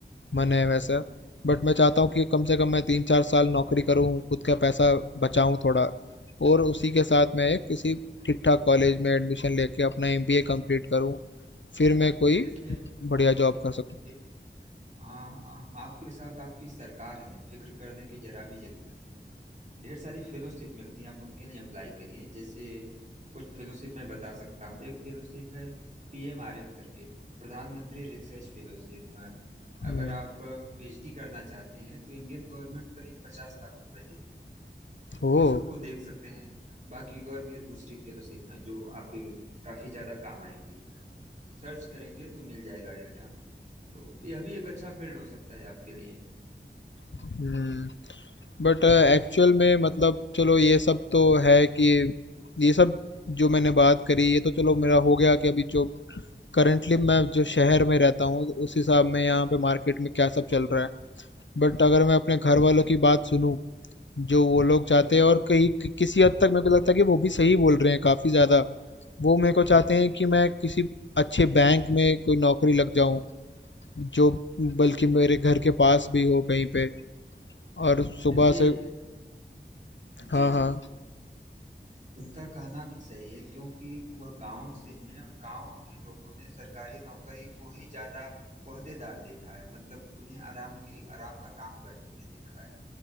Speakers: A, on the left (about 80°); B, on the right (about 40°).
A: मन है वैसा बट मैं चाहता हूँ कि कम से कम मैं तीन चार साल नौकरी करूँ खुद का पैसा बचाऊँ थोड़ा और उसी के साथ मैं एक किसी ठीक ठाक कॉलेज में एडमिशन लेके अपना एमबीए कंप्लीट करूँ फिर मैं कोई
B: देखिए
A: बढ़िया जॉब कर सकूँ
B: जी जी आ, आ, आपके साथ आपकी सरकार है फिक्र करने की जरा भी जरूरत नहीं है। ढेर सारी फेलोशिप मिलती है आप उनके लिए अप्लाई करिए जैसे कुछ फेलोशिप मैं बता सकता हूँ एक फेलोशिप है पीएमआरएफ करके प्रधानमंत्री रिसर्च फेलोशिप
A: हम्म
B: अगर आप पीएचडी करना चाहते हैं तो इंडियन गवर्नमेंट करीब पचास लाख रुपए देती है तो
A: ओ
B: उन सबको देख सकते हैं बाकी और भी दूसरी फेलोशिप हैं जो आपके काफी ज्यादा काम आएंगी सर्च करेंगे तो मिल जाएगा तो यह भी एक अच्छा फील्ड हो सकता है आपके लिए
A: हम्म बट एक्चुअल में मतलब चलो ये सब तो है कि ये सब जो मैंने
B: हम्म
A: बात करी ये तो चलो मेरा हो गया कि अभी जो करंटली मैं जो शहर में रहता हूँ उस हिसाब में यहाँ पे मार्केट में क्या सब चल रहा है बट अगर मैं अपने घर वालों की बात सुनूं जो वो लोग चाहते
B: हम्म
A: हैं और कहीं कि- किसी हद तक मेरे को लगता है कि वो भी सही बोल रहे हैं काफ़ी ज़्यादा वो मेरे को
B: हम्म
A: चाहते हैं कि मैं किसी अच्छे बैंक में कोई नौकरी लग जाऊं जो बल्कि मेरे घर के पास भी हो कहीं पे और सुबह
B: देखिए
A: से हाँ
B: जी
A: हाँ
B: जी उनका कहना भी सही है क्योंकि वह गांव से हैं और गांव के लोगों ने सरकारी नौकरी को ही ज्यादा ओहदेदार देखा है मतलब उन्हें आराम की आराम का काम करते हुए देखा है